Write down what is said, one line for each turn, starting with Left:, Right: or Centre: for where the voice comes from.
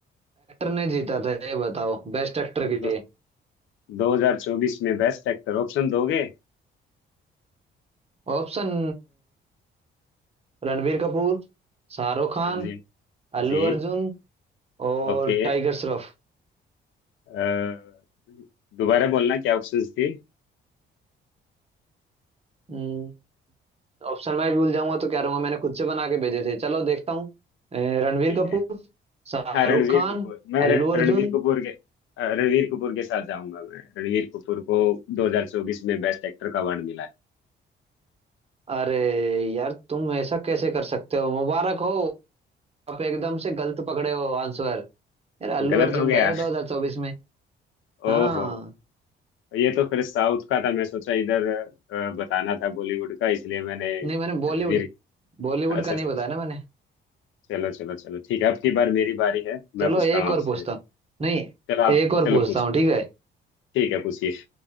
Right: ने जीता था ये बताओ बेस्ट एक्टर के
Left: दो,
Right: लिए
Left: 2024 में बेस्ट एक्टर ऑप्शन दोगे
Right: ऑप्शन रणबीर कपूर शाहरुख खान
Left: हाँ जी
Right: अल्लू
Left: जी
Right: अर्जुन और
Left: ओके
Right: टाइगर श्रॉफ
Left: अ, दोबारा बोलना क्या ऑप्शंस थे
Right: हम्म, ऑप्शन मैं भूल जाऊंगा तो क्या रहूंगा मैंने खुद से बना के भेजे थे चलो देखता हूँ अ, रणबीर
Left: ठीक
Right: कपूर
Left: है
Right: शाहरुख
Left: हाँ रणवीर
Right: खान
Left: कपूर मैं र-
Right: अल्लू अर्जुन
Left: रणवीर कपूर के अ, रणवीर कपूर के साथ जाऊंगा मैं रणवीर कपूर को 2024 में बेस्ट एक्टर का अवार्ड मिला
Right: अरे यार तुम ऐसा कैसे कर सकते हो मुबारक हो आप एकदम से गलत पकड़े हो आंसर यार अल्लू
Left: है गलत
Right: अर्जुन
Left: हो गया
Right: था यार 2024 में हाँ
Left: ओहो ये तो फिर साउथ का था मैं सोचा इधर अ, बताना था बॉलीवुड का इसलिए मैंने
Right: नहीं मैंने बॉलीवुड
Left: रणवीर
Right: बॉलीवुड
Left: अच्छा
Right: का नहीं
Left: अच्छा
Right: बताया
Left: अच्छा।
Right: ना मैंने
Left: चलो चलो चलो ठीक है अब की बार मेरी बारी है
Right: चलो
Left: मैं पूछता
Right: एक
Left: हूँ आपसे
Right: और पूछता हूँ नहीं
Left: चलो आप
Right: एक और
Left: चलो
Right: पूछता
Left: पूछ
Right: हूँ ठीक है
Left: ठीक है पूछिए